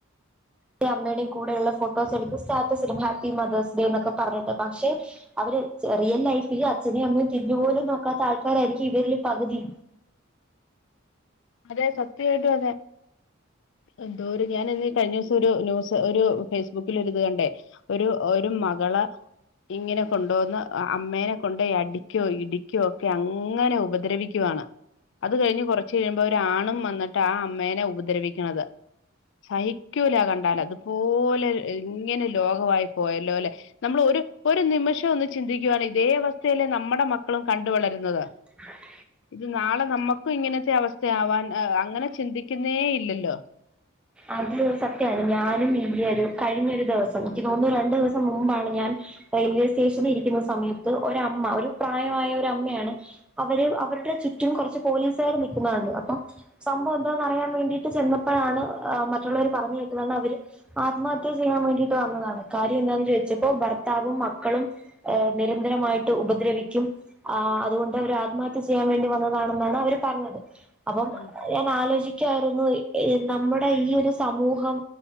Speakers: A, in the centre; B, on the left (about 60°).
A: എ അമ്മയുടെയും കൂടെയുള്ള ഫോട്ടോസ് എടുക്കും സ്റ്റാറ്റസും ഹാപ്പി മതേഴ്സ് ഡേ എന്നൊക്കെ പറഞ്ഞിട്ട് പക്ഷെ അവര് റിയൽ ലൈഫില് അച്ഛനേും അമ്മയും തിരിഞ്ഞു പോലും നോക്കാത്ത ആൾക്കാരായിരിക്കും ഇവരില് പകുതി
B: അതെ സത്യ ആയിട്ടും അതെ എന്തൂര് ഞാൻ ഇന്ന് കഴിഞ്ഞ ദിവസം ഒരു ന്യൂസ് ഒരു ഫേസ്ബുക്കിൽ ഒരു ഇത് കണ്ടേ ഒരു ഒരു മകളെ ഇങ്ങനെ കൊണ്ടോന്ന്അമ്മേനെ കൊണ്ടോയി അടിക്കോ ഇടിക്കോ ഒക്കെ അങ്ങനെ ഉപദ്രവിക് ക്കുവാണ് അത് കഴിഞ്ഞ് കുറച് കഴിഞ്ഞ് ഒരാണും വന്നിട്ട് ആഹ് അമ്മേനെ ഉപദ്രവിക്കുന്നത് സഹിക്കൂല കണ്ടാല് അതുപോലെ ഇങ്ങനെ ലോകവായി പോയല്ലോ ല്ലെ നമ്മൾ ഒരു ഒരു നിമിഷം ഒന്ന് ചിന്തിക്കുവാണ് ഇതേ അവസ്ഥയിലെ നമ്മുടെ മക്കളും കണ്ട വളരുന്നത്
A: <unintelligible>
B: ഇത് നാളെ നമ്മുക്കും ഇങ്ങനത്തെ അവസ്ഥയാവാൻ അങ്ങനെ ചിന്തിക്ക്ന്നേ ഇല്ലല്ലോ
A: അത് സത്യമാണ് ഞാനും ഈയ ഒരു കഴിഞ്ഞൊ ഒരു ദിവസം എനിക്ക് തോന്നുന്നു രണ്ടു ദിവസം മുമ്പാണ് ഞാൻ റെയിൽവേ സ്റ്റേഷനി ഇരിക്കുന്ന സമയത്ത് ഒരമ്മ ഒരു പ്രായമായ ഒ അമ്മയാണ് അവര് അവരുടെ ചുറ്റും കുറച്ച് പോലീസുകാർ നിൽക്കുന്നത് കണ്ട് അപ്പൊ സംഭവം എന്താന്ന് അറിയാൻ വേണ്ടിട്ട് ചെന്നപ്പഴാണ് ആഹ് മറ്റുള്ളവര് പറഞ്ഞ് കേക്കുന്നാണ്ട് അവര് ആത്മഹത്യ ചെയ്യാൻ വേണ്ടിട്ട് വന്നതാണ് കാര്യം എന്താ ചോദിച്ചപ്പോ ഭർത്താവും മക്കളും ങ് നിരന്തരമായിട്ട് ഉപദ്രവിക്കും ആഹ് അതുകൊണ്ട് അവര് ആത്മഹത്യ ചെയ്യാൻ വേണ്ടി വന്നതാണെന്നാണ് അവര് പറഞ്ഞത് അപ്പം
B: ആ
A: ഞാൻ ആലോചിക്കായിരുന്നു ങ് ന്ന നമ്മുടെ ഈ ഒരു സമൂഹം